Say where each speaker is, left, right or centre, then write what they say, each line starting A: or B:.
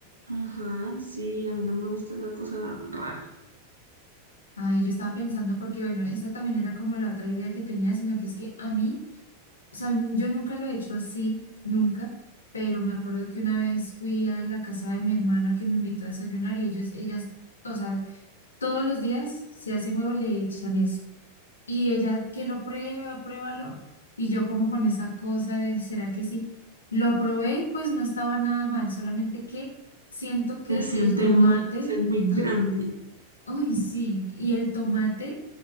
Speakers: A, on the right; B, on the left.
A: Ajá, sí, a mí no me gusta esa cosa rara.
B: Ay, yo estaba pensando porque, bueno, esa también era como la otra idea que tenía, sino que es que a mí, o sea, n- yo nunca lo he hecho así, nunca, pero me acuerdo que una vez fui a la casa de mi hermana que me invitó a desayunar y ellos, ellas, o sea, todos los días se hacen huevo, le echan eso. Y ella que lo prueba, pruébalo, y yo como con esa cosa de, ¿será que sí? Lo probé y pues no estaba nada mal, solamente que siento que
A: Se siente
B: el tomate...
A: muy, pues, es muy grande,
B: <laughs> Uy, sí, y el tomate